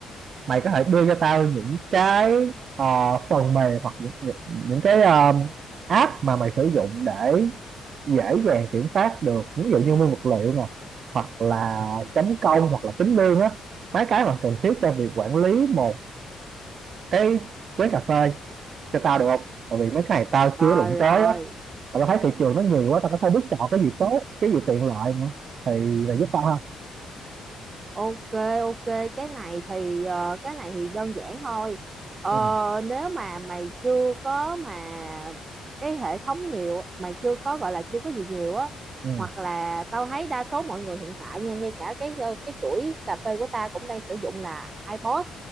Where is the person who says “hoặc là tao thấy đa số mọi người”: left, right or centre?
Right